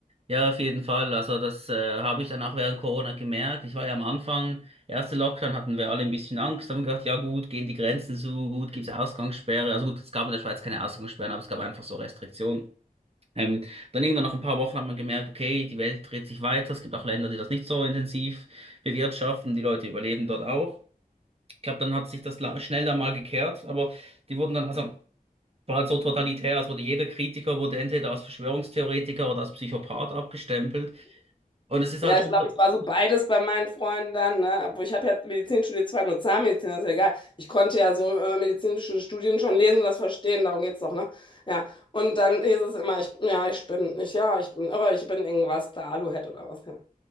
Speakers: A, on the right; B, on the left.
A: Ja, auf jeden Fall. Also das äh, habe ich dann auch während Corona gemerkt. Ich war ja am Anfang, erste Lockdown hatten wir alle ein bisschen Angst, haben gedacht, ja gut, gehen die Grenzen zu, gut, gibt's Ausgangssperre. Also gut, es gab in der Schweiz keine Ausgangssperren, aber es gab einfach so Restriktionen. Ähm, dann irgendwann nach ein paar Wochen hat man gemerkt, okay, die Welt dreht sich weiter. Es gibt auch Länder, die das nicht so intensiv bewirtschaften. Die Leute überleben dort auch. Ich glaube, dann hat sich das la- schnell dann mal gekehrt, aber die wurden dann, also war halt so totalitär, es wurde jeder Kritiker, wurde entweder als Verschwörungstheoretiker oder als Psychopath abgestempelt. Und es ist
B: Ja,
A: halt schon
B: ich glaube,
A: so,
B: ich war so beides bei meinen Freunden dann, ne? Obwohl ich habe ja Medizin studiert, zwar nur Zahnmedizin, das ist ja egal. Ich konnte ja so äh, medizinische Studien schon lesen und das verstehen, darum geht's doch, ne? Ja. Und dann hieß es immer, ich, ja, ich bin, ich, ja, ich bin, aber ich bin irgendwas da, Aluhut oder was. Ja.